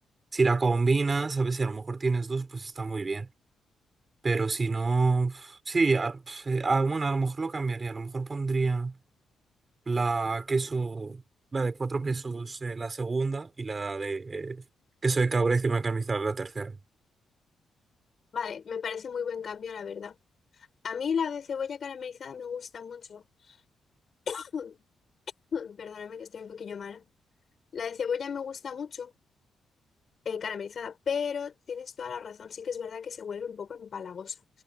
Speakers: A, on the right (about 25°); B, on the left (about 35°).
A: Si la combinas, a veces si a lo mejor tienes dos, pues está muy bien. Pero si no... pf, Sí, a- pf, eh, ah, bueno, a lo mejor lo cambiaría. A lo mejor pondría... la queso, la de cuatro quesos, eh, la segunda, y la de eh, queso de cabra y crema caramelizada, la tercera.
B: Vale, me parece muy buen cambio, la verdad. A mí la de cebolla caramelizada me gusta mucho. <coughs> <laughs> Perdóname que estoy un poquillo mala. La de cebolla me gusta mucho, eh, caramelizada, pero tienes toda la razón. Sí que es verdad que se vuelve un poco empalagosa.